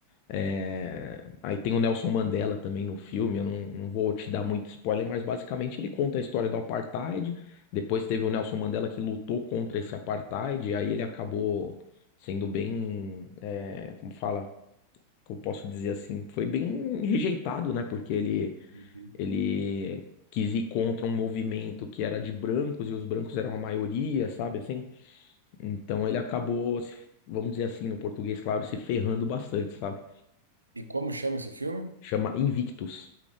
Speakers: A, on the left; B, on the right.
A: é, aí tem o Nelson Mandela também no filme. Eu não, não vou te dar muito spoiler, mas basicamente ele conta a história do apartheid. Depois teve o Nelson Mandela que lutou contra esse apartheid, e aí ele acabou sendo bem, é, como fala, como posso dizer assim, foi bem rejeitado, né? Porque ele
B: não. Uhum.
A: ele quis ir contra um movimento que era de brancos e os brancos eram a maioria, sabe assim? Então ele acabou, se- vamos dizer assim, no português, claro, se ferrando bastante, sabe?
B: E como chama esse filme?
A: Chama Invictus.